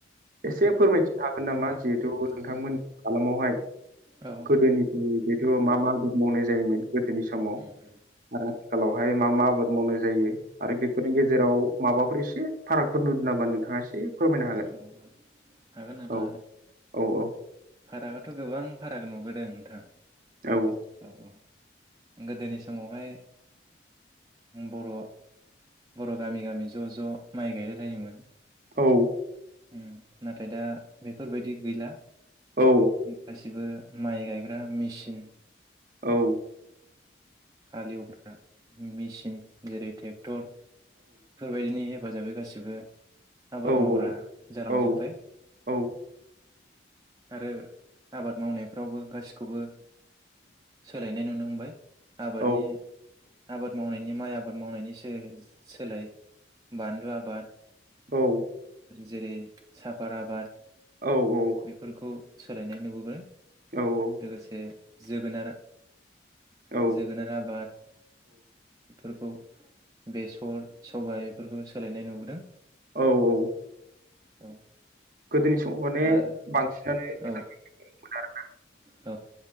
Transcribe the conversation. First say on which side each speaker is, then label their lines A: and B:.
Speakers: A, on the right (about 45°); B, on the right (about 20°).
A: एसे फोरमायथिनो हागोन नामा? जिहेथु नोंथांमोननि
B: नंगौ।
A: हालामावहाय
B: औ
A: गोदोनिफ्राय जिथु मा मा आबाद मावनाय जायोमोन गोदोनि समाव
B: उम
A: आरो आथिखालावहाय मा मा आबाद मावनाय जायो आरो बे फोरनि गेजेराव माबाफोर एसे फारागफोर नुदो नामा नोंथाङा एसे फोरमायनो हागोन।
B: औ हागोन नोंथां
A: औ
B: हागोन
A: औ औ।
B: फारागाथ' गोबां फाराग नुबोदों नोंथां।
A: औ।
B: औ औ गोदोनि समावहाय बर' बर' गामि गामि ज' ज' माइ गायलायलायोमोन।
A: औ।
B: उम नाथाय दा बेफोरबायदि गैला।
A: औ
B: गासिबो माइ गायग्रा मेसिन
A: औ।
B: हालेवग्रा मेसिन जेरै टेक्टर बेफोरबायदिनि हेफाजाबै गासिबो
A: औ
B: आबाद मावग्रा जालांजोबबाय।
A: औ औ
B: आरो आबाद मावनायफ्रावबो गासिखौबो सोलायनाय नुनो हमबाय। आबादनि।
A: औ
B: आबाद मावनायनि माइ आबाद मावनायनि सोलाय बानलु आबाद।
A: औ।
B: जेरै साफार आबाद।
A: औ औ।
B: बेफोरखौ सोलायनाय नुबोबाय।
A: औ औ।
B: लोगोसे जोगोनार।
A: औ
B: जोगोनार आबाद, बेफोरखौ बेसर सबाय बेफोरखौ सोलायनाय नुबोदों।
A: औ औ
B: औ
A: गोदोनि समाव माने
B: आरो
A: बांसिनानो मोजांमीन
B: औ
A: आरोना?
B: औ